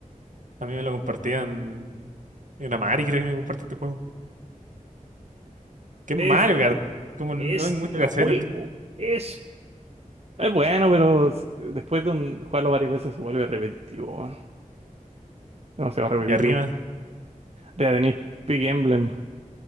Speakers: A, on the right (about 70°); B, on the right (about 50°).
A: A mí me lo compartían en Amari, creo que me compartió este juego. ¿Qué es
B: Es,
A: Mario Kart? Como no
B: este
A: hay mucho que
B: juego
A: hacer. esto.
B: es... Es bueno, pero s- después de un- jugarlo varias veces se vuelve repetitivo. Demasiado repetitivo.
A: Y arriba,
B: Ya tenéis Big Emblem,